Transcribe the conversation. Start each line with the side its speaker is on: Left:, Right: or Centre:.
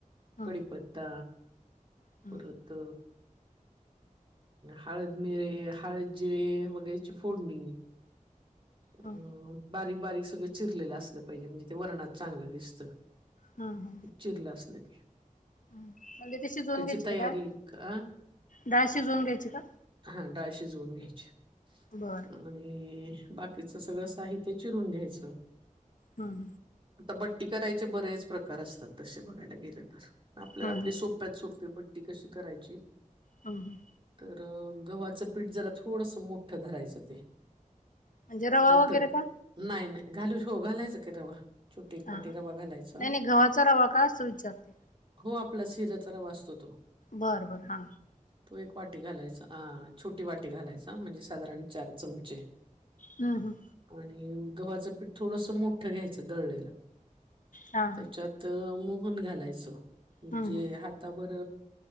Left: हा
Right: कढीपत्ता
Left: हा
Right: परत हळद मिरे हळद जिरे वगैरेची फोडणी हम
Left: हा
Right: बारीक बारीक सगळं चिरलेलं असलं पाहिजे म्हणजे ते वरणात चांगलं दिसतं
Left: हा हा
Right: चिरलं असलं की
Left: म्हणजे ते शिजवून
Right: त्याची
Left: घ्यायची
Right: तयारी
Left: का डाळ
Right: अ
Left: डाळ शिजवून घ्यायची का
Right: हा डाळ शिजवून घ्यायची
Left: बर
Right: आणि बाकीच सगळं साहित्य चिरून घ्यायचं
Left: हम्
Right: बट्टी करायचे बरेच प्रकार असतात तसे बघायला गेले तर आपल्याला
Left: ह
Right: आपली सोप्यात सोपी बट्टी ती कशी करायची
Left: ह ह
Right: तर गव्हाचं पीठ जरा थोडस मोठं धरायचं ते
Left: म्हणजे रवा
Right: मोठ
Left: वगैरे का
Right: नाही नाही घालू श हो घालायचं क तेव्हा छुटी
Left: हा
Right: वाटी
Left: हा
Right: रवा घालायचा
Left: नाही नाही गव्हाचा रवा का असं विचारते
Right: हो आपला सिरा जरा वाचतो तो
Left: बर बर हा
Right: तो एक वाटी घालायचा छोटी वाटी घालायचा म्हणजे साधारण चार चमचे
Left: हम् हम्
Right: आणि गव्हाचं पीठ थोडस मोठं घ्यायचं दळलेलं
Left: हां
Right: त्याच्यात मोहन घालायच म्हणजे
Left: हां
Right: हातावर